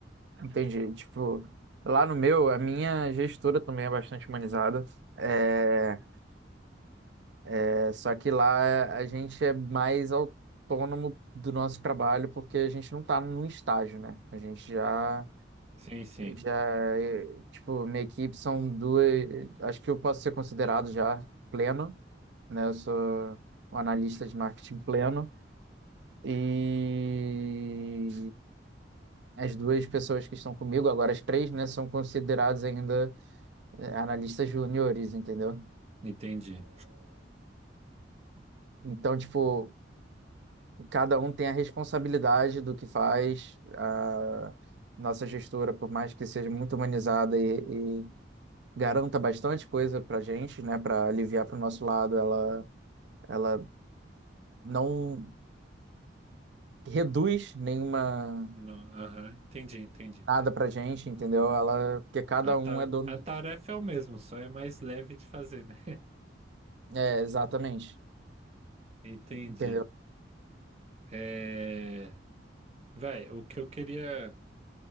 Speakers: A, on the right; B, on the right.
A: Entendi. Tipo, lá no meu, a minha gestora também é bastante humanizada. É, é, só que lá a gente é mais autônomo do nosso trabalho porque a gente não está num estágio, né? A gente já,
B: Sim, sim,
A: já, é, tipo, minha equipe são duas. Acho que eu posso ser considerado já pleno, né? Eu sou um analista de marketing pleno. E as duas pessoas que estão comigo, agora as três, né, são consideradas ainda é, analistas júniores, entendeu?
B: entendi.
A: Então, tipo, cada um tem a responsabilidade do que faz. A nossa gestora, por mais que seja muito humanizada e, e garanta bastante coisa pra gente, né, para aliviar pro nosso lado, ela, ela não reduz nenhuma
B: Não, Aham, entendi, entendi.
A: nada pra gente, entendeu? Ela, porque cada
B: A, ta-
A: um é dono.
B: a tarefa é o mesmo, só é mais leve de fazer, né? <laughs>
A: É, exatamente,
B: Entendi.
A: entendeu?
B: É... Véi, o que eu queria